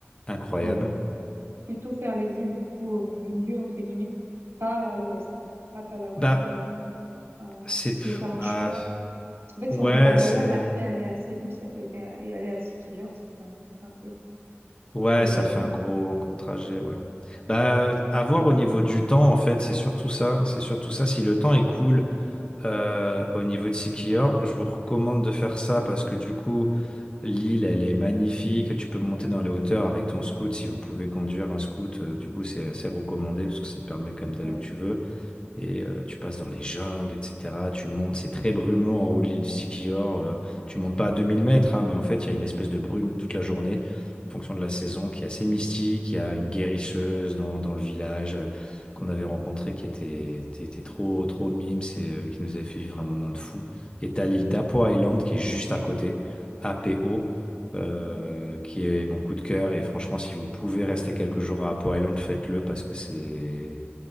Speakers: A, on the left; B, on the right.
A: Incroyable.
B: Donc, plutôt faire les îles, du coup, au milieu, entre guillemets, pas à l'ouest, quoi. Pas Palawan,
A: Bah,
B: Coron. hein,
A: c'est.
B: parce que si
A: pff,
B: vous faire
A: Bah,
B: un choix. En fait,
A: ouais,
B: si on fait Palawan,
A: c'est.
B: après aller à Cebu ça- et et aller à Sikijor, c'est un- peut-être un peu le point.
A: Ouais,
B: Après, il y a
A: ça
B: les avions.
A: fait un gros, un gros trajet, ouais. Bah, à voir au niveau du temps, en fait, c'est surtout ça. C'est surtout ça. Si le temps est cool, euh, au niveau de Siquijor. Je vous recommande de faire ça parce que du coup, l'île, elle est magnifique. Tu peux monter dans les hauteurs avec ton scoot si vous pouvez conduire un scoot. euh, du coup, c'est assez recommandé parce que ça te permet quand même d'aller
B: Ouais.
A: où tu veux. Et euh, tu passes dans les jungles, etc. Tu montes, c'est très brumeux en haut de l'île du Sikihor. euh, tu montes pas à 2000 mètres, hein, mais en fait, il y a une espèce de brume toute la journée, en fonction de la saison, qui est assez mystique. Il y a une guérisseuse dans, dans le village euh, qu'on
B: Mm,
A: avait rencontrée qui était, était- était trop, trop mime, c'est, euh, qui nous avait fait vivre un moment de fou. Et t'as l'île d'Apo Island qui est juste à côté, APO, euh,
B: Ouais.
A: qui est mon coup de cœur. Et franchement, si vous pouvez rester quelques jours à Apo Island, faites-le parce que c'est